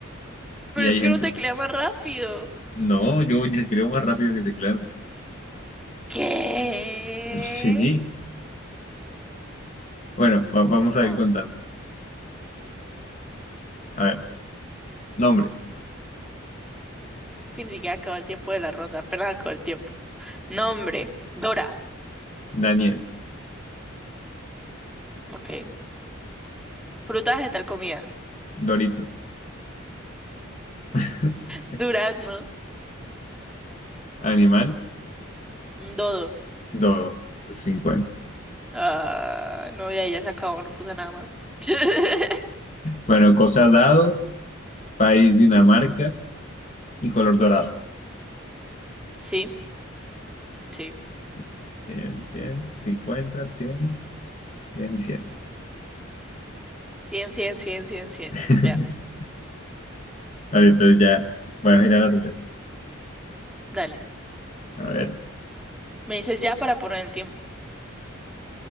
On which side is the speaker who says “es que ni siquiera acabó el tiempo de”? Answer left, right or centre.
Centre